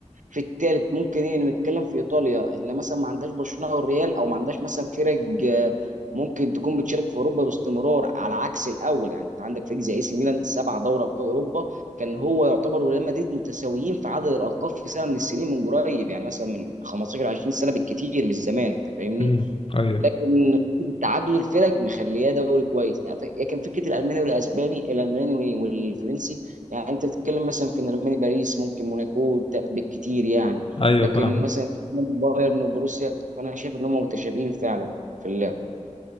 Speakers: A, on the right; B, on the left.
A: في الثالث ممكن ايه نتكلم في ايطاليا ان مثلا ما عندهاش برشلونه او الريال او ما عندهاش مثلا فرق آه، ممكن تكون بتشارك في اوروبا باستمرار على عكس الاول يعني انت عندك فريق زي اي سي ميلان سبعه دوري ابطال اوروبا كان هو يعتبر وريال مدريد متساويين في عدد الالقاب في سنه من السنين من قريب يعني مثلا من 15 20 سنه بالكثير مش زمان انت فاهمني
B: امم ايوه
A: لكن فكرة تعدد الفرق مخلياه دوري كويس يعني فك- لكن فكره الالماني والاسباني الالماني وال- والفرنسي يعني انت بتتكلم مثلا في الالماني باريس ممكن موناكو ت- بالكتير يعني
B: ايوه
A: لكن
B: فاهم
A: مثلا بايرن وبروسيا فانا شايف ان هم متشابهين فعلا في اللعب